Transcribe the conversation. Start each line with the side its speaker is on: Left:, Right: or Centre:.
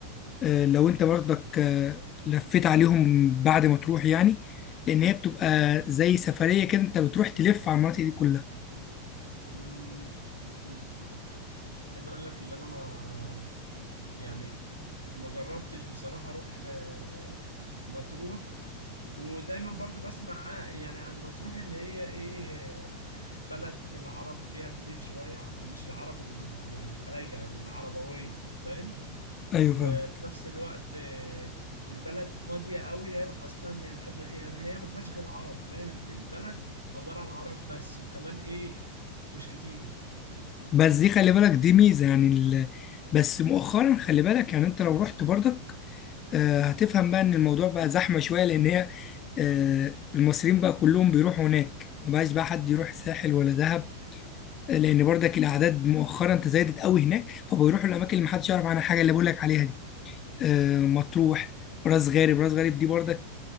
Left: آه، لو أنت برضك آه، لفيت عليهم بعد ما تروح يعني لأن هي بتبقى زي سفرية كده أنت بتروح تلف على المناطق دي كلها
Right: مم، مم. عايز اقول لك اللي انا ما يعني ما جربتش بصراحة اروح آه، مطروح ودايما برضو بسمع يعني عن مطروح اللي هي ايه بلد العرب فيها كتير شوية مش العرب ال... يعني الخلايجة العربوية فاهم
Left: ايوه
Right: وفي
Left: فاهم
Right: نفس الوقت آه، البلد فاضية قوي هي أصلا يعني أغلى يعني هي ما فيهاش غير عرب فاهم البلد عبارة عن عرب بس وكمان ايه مش كتير
Left: بس دي خلي بالك دي ميزه يعني ال... بس مؤخرا خلي بالك يعني انت لو رحت برضك آه هتفهم بقى ان الموضوع بقى زحمه شويه لان هي آه المصريين بقى كلهم بيروحوا هناك ما بقاش بقى حد يروح ساحل ولا دهب آه، لان برضك الاعداد مؤخرا تزايدت قوي هناك فبيروحوا الاماكن اللي محدش يعرف عنها حاجه اللي بقول لك عليها دي آه مطروح راس غارب راس غارب دي برضك